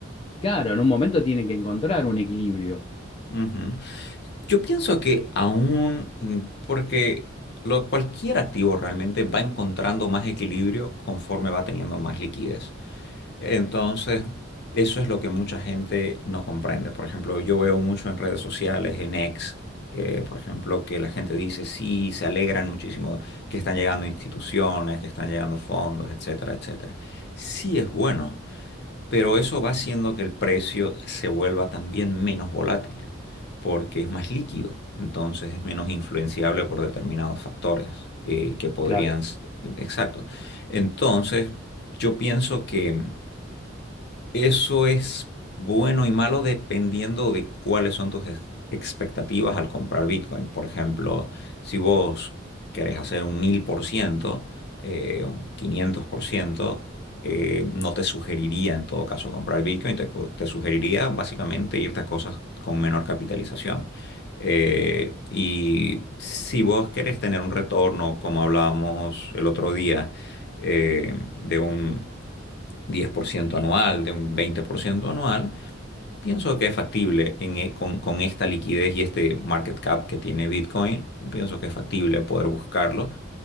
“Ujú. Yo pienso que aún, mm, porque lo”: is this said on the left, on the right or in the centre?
Left